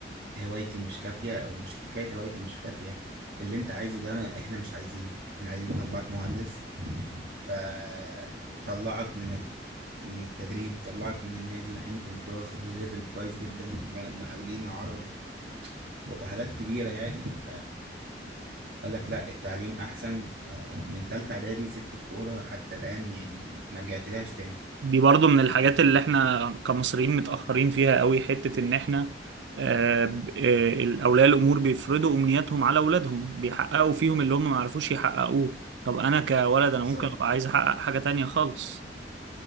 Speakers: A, on the right; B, on the right.
A: هوايتي مش كافية أو مش حكاية هوايتي مش كافية اللي أنت عايزه ده إحنا مش عايزينه إحنا عايزين نطلعك مهندس فطلعك من ال- من التدريب طلعك من النادي مع إني كنت واصل لليفل كويس جدا مقاولين عرب وحاجات كبيرة يعني قال لك لا التعليم احسن فمن تالتة اعدادي سبت الكورة حتى الان يعني ما رجعت لهاش تاني
B: دي برضو من الحاجات اللي احنا كمصريين متأخرين فيها قوي حتة ان احنا آه، ب- آه، اولياء الامور بيفرضوا امنياتهم على اولادهم بيحققوا فيهم اللي هم ما عرفوش يحققوه طب انا كولد
A: بالظبط
B: انا ممكن ابقى عايز احقق حاجة تانية خالص